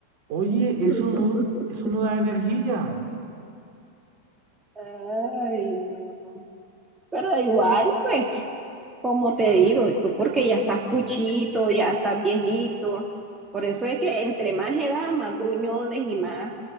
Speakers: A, on the right (about 40°); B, on the right (about 15°).
A: Oye, eso
B: <laughs>
A: no, eso no da energía.
B: Ay, no. Pero igual, pues, como te digo, tú porque ya estás cuchito, ya estás viejito, por eso es que entre más edad, más gruñones y más